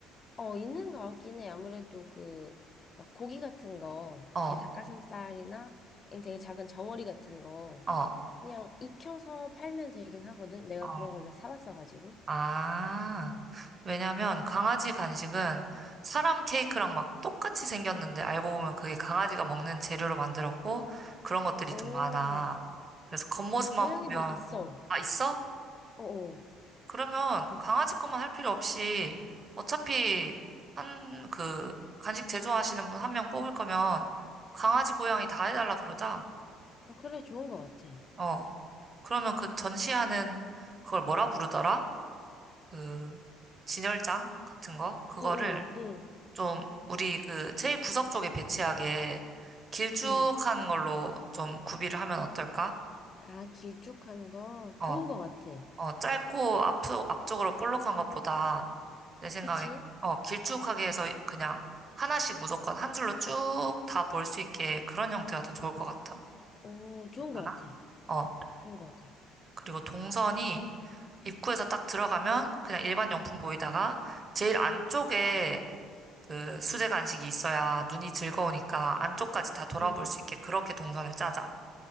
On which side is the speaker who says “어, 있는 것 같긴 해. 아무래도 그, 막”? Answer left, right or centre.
Left